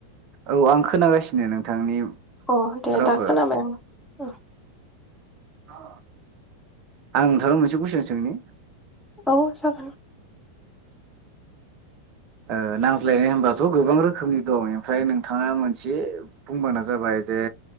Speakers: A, on the right (about 40°); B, in the centre.
A: औ आं खोनागासिनो नोंथांनि
B: अ दे
A: रावखौ
B: दा खोनाबाय आं
A: औ! आं नोंथांना मोनसे कुइसन सोंनि?
B: औ जागोन।
A: ओ नांज्लायनाय होनबथ' गोबां रोखोमनि दं ओमफ्राय नोंथाङा मोनसे बुंब्लानो जाबाय जे,